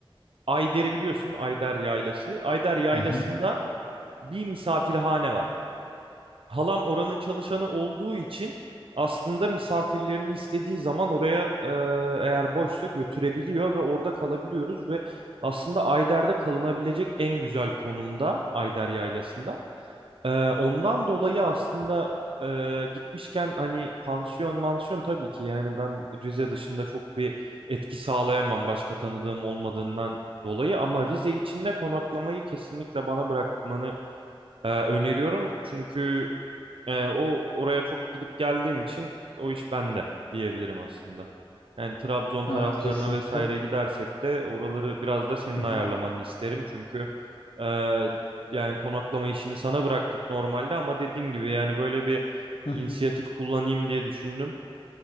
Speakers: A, on the right; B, on the left.
A: Ayder'i biliyorsun Ayder Yaylası. Ayder Yaylası'nda
B: Hı hı.
A: bir misafirhane var. Halam oranın çalışanı olduğu için aslında misafirlerini istediği zaman oraya e, eğer boşsa götürebiliyor ve orada kalabiliyoruz ve aslında Ayder'de kalınabilecek en güzel konumda Ayder Yaylası'nda. E, ondan dolayı aslında e, gitmişken hani pansiyon mansiyon tabii ki yani ben Rize dışında çok bir etki sağlayamam başka tanıdığım olmadığından dolayı ama Rize içinde konaklamayı kesinlikle bana bırakmanı e, öneriyorum. Çünkü ee, o oraya çok gidip geldiğim için o iş bende diyebilirim aslında. Yani Trabzon taraflarına
B: Evet kesinlikle.
A: vesaire gidersek de oraları biraz da senin
B: Hı hı.
A: ayarlamanı isterim. Çünkü e, yani konaklama işini sana bıraktık normalde ama dediğim gibi yani böyle bir
B: Hı hı.
A: inisiyatif kullanayım diye düşündüm.